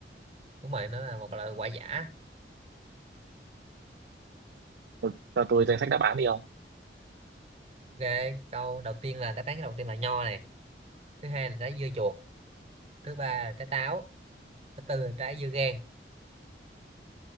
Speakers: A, on the right (about 35°); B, on the right (about 70°).
A: đúng rồi nó là một loại quả giả
B: Cho cho tôi danh sách đáp án đi không
A: ok câu đầu tiên là đáp án đầu tiên là nho này thứ hai là trái dưa chuột thứ ba là trái táo thứ tư là trái dưa gang